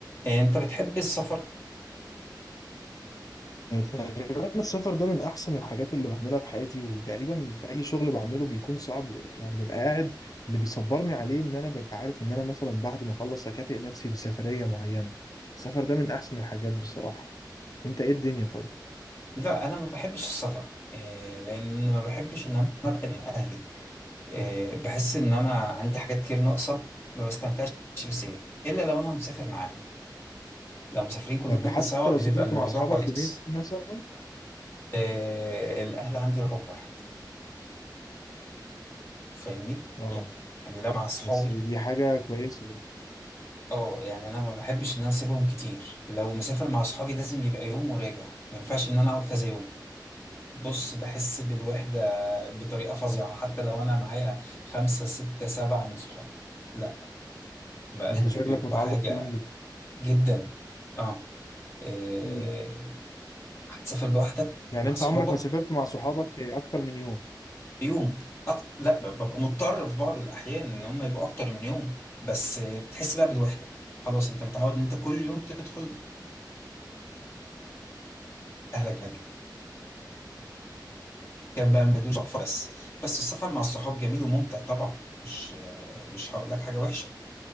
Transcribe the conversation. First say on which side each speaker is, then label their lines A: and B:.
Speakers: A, on the left; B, on the left.
A: إيه، انت بتحب السفر
B: تقريبا السفر ده من احسن الحاجات اللي بعملها في حياتي وتقريبا في اي شغل بعمله بيكون صعب يعني ببقى قاعد اللي بيصبرني عليه ان انا ببقى عارف ان انا مثلا بعد ما اخلص هكافئ نفسي بسفرية معينة السفر ده من احسن الحاجات بصراحة انت ايه الدنيا طيب
A: لا انا ما بحبش السفر إيه، لان ما بحبش ان انا ابعد عن اهلي إيه، بحس ان انا عندي حاجات كتير ناقصه ما بستمتعش بالسفرية الا لو انا مسافر معاهم لو مسافرين كلنا
B: طب حتى
A: سوا
B: لو
A: بتبقى
B: سافرت
A: الموضوع
B: مع اصحابك
A: كويس
B: يومين مثلا
A: إيه، الاهل عندي رقم واحد فاهمني
B: اه
A: يعني لو مع اصحابي
B: بس دي حاجة كويسة
A: اه يعني انا ما بحبش ان انا اسيبهم كتير لو مسافر مع اصحابي لازم يبقى يوم وراجع ما ينفعش ان انا اقعد كذا يوم بص بحس بالوحدة بطريقة فظيعة حتى لو أنا معايا خمسة ستة سبعة من صحابي لا بقى
B: انت
A: اللي
B: شكلك
A: بيبقوا
B: متعلق
A: حاجة
B: بيهم جدا
A: جدا اه إيه،
B: مم.
A: هتسافر لوحدك
B: يعني
A: مع
B: انت
A: صحابك
B: عمرك ما سافرت مع صحابك اكتر من يوم
A: يوم أك... لا ب- ببقى مضطر في بعض الأحيان إن هم يبقوا أكتر من يوم بس آه، بتحس بقى بالوحدة خلاص أنت متعود إن أنت كل يوم تدخل أهلك حاجة كان بقى ما تقولش اقفر بس بس السفر مع الصحاب جميل وممتع طبعا مش مش هقول لك حاجه وحشه